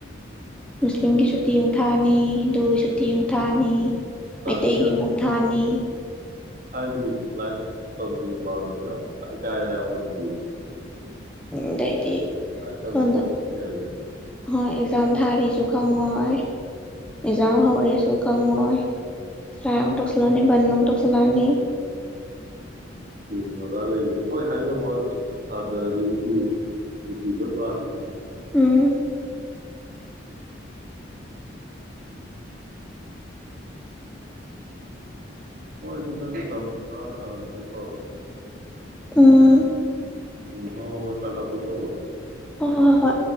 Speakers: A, in the centre; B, on the right.
A: ꯃꯨꯁꯂꯤꯝꯒꯤ ꯁꯨꯨꯇꯤ ꯃꯨꯛ ꯊꯥꯅꯤ ꯍꯤꯟꯗꯨꯒꯤ ꯁꯨꯇꯤ ꯑꯃꯨꯛ ꯊꯥꯅꯤ
B: ꯇꯥꯗꯤ
A: ꯃꯩꯇꯩꯒꯤ ꯑꯃꯨꯛ ꯊꯥꯅꯤ
B: ꯍꯥꯏꯗꯤ ꯂꯥꯏꯔꯤꯛ ꯇꯝꯃꯤꯕꯥ ꯑꯃꯥꯗꯗꯤ ꯀꯥꯏ ꯍꯥꯏꯕ ꯃꯅꯤꯄꯨꯔꯁꯦ꯫
A: ꯎꯝ ꯗꯩ ꯗꯤ
B: ꯂꯥꯏꯔꯤꯛ ꯇꯝꯅꯤꯡꯗꯕ
A: ꯁꯣꯝꯗ
B: ꯍꯦꯜꯂꯦ
A: ꯍꯣꯏ ꯑꯦꯛꯖꯥꯝ ꯊꯥꯔꯤꯁꯨ
B: ꯇꯝꯃꯦ
A: ꯈꯪꯉꯣꯏ꯫ ꯑꯦꯀꯖꯥꯝ ꯍꯧꯔꯦꯁꯨ ꯀꯪꯉꯣꯏ ꯆ ꯇ ꯕꯥꯟ ꯑꯃꯨꯛ ꯇꯧꯁꯟꯂꯛꯑꯅꯤ
B: ꯑꯣꯖꯒꯩꯁꯨ ꯍꯣꯏꯖꯕꯩ ꯋꯥꯅꯤ ꯁꯇ꯭ꯔ꯭ꯁꯨ ꯁꯨꯇꯤ ꯂꯣꯏ ꯄꯥꯝꯃꯤꯕꯅꯤ ꯎꯝ
A: ꯎꯝ
B: ꯍꯣꯏ ꯑꯗꯨ ꯅꯪ ꯇꯝꯕꯔꯅꯥ ꯍꯪꯉꯛꯀꯦꯅ ꯇꯧꯔꯦꯛꯄꯅꯦ
A: ꯑ
B: ꯎꯝ ꯍꯣꯏ ꯆꯥꯛ ꯆꯥꯊꯣꯛ ꯆꯔꯨꯔꯣ
A: ꯍꯣꯏ ꯍꯣꯏ ꯍꯣꯏ ꯍꯣꯏ